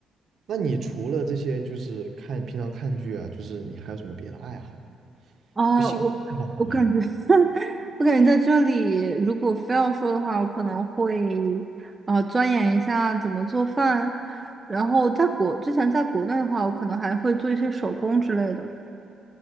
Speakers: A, on the right (about 60°); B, on the right (about 20°).
A: 那你除了这些，就是看平常看剧啊，就是你还有什么别的爱好？
B: 啊，
A: 就兴趣爱好方面的。
B: 我我感觉，<laughs> 我感觉在这里，如果非要说的话，我可能会呃钻研一下怎么做饭，然后在国之前在国内的话，我可能还会做一些手工之类的。